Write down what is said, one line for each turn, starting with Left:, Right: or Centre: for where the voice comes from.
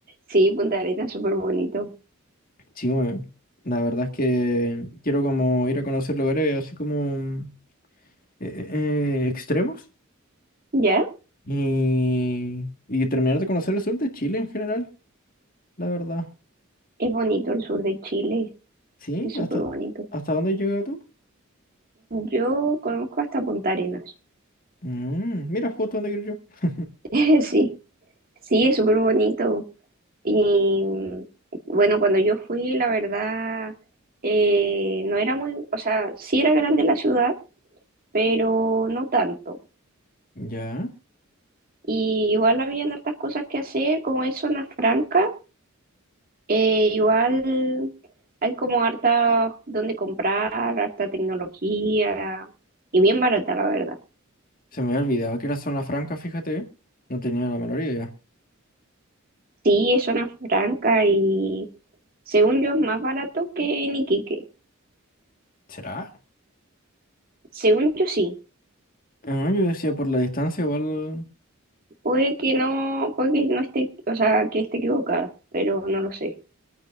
Right: sí, Punta Arenas, súper bonito.
Left: Sí, weón. La verdad es que quiero como ir a conocer lugares así como mm, eh, eh, extremos
Right: ¿Ya?
Left: y, y terminar de conocer el sur de Chile en general, la verdad.
Right: Es bonito el sur de Chile,
Left: ¿Sí?
Right: es súper
Left: ¿Hasta,
Right: bonito.
Left: hasta dónde has llegado tú?
Right: Yo conozco hasta Punta Arenas.
Left: Mm, mira, justo donde quiero yo.
Right: <laughs> Sí, sí, es súper bonito. Y mm, bueno, cuando yo fui, la verdad, eh, no era muy, o sea, sí era grande la ciudad, pero no tanto.
Left: Ya.
Right: Y igual habían hartas cosas que hacer, como es zona franca, eh, igual hay como harta donde comprar, harta tecnología, y bien barata, la verdad.
Left: Se me había olvidado que era zona franca, fíjate. No tenía la menor idea.
Right: Sí, es zona franca y según yo es más barato que en Iquique.
Left: ¿Será?
Right: Según yo sí.
Left: Ah, yo decía por la distancia igual...
Right: Puede que no, puede que no esté, o sea, que esté equivocada, pero no lo sé.